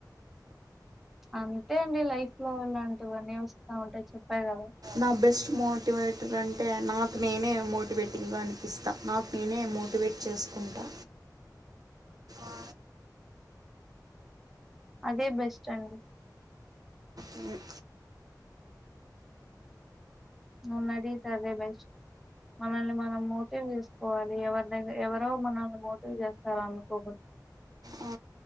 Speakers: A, in the centre; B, on the right.
A: అంతే అండి లైఫ్ లో ఉన్నాం ఎటువన్న వస్తా ఉంటాయి చెప్పా కదా
B: నా బెస్ట్ మోటివేటర్ అంటే నాకు నేనే మోటివేటివ్గా అనిపిస్తా నాకు నేనే మోటివేట్ చేసుకుంటా ఆ
A: అదే బెస్ట్ అండి
B: ఉమ్
A: నన్ను అడిగితే అదే బెస్ట్ మనల్ని మనం మోటివ్ చేసుకోవాలి ఎవరి ద ఎవరో మనల్ని మోటివ్ చేస్తారూ అనుకోకుం
B: ఆ,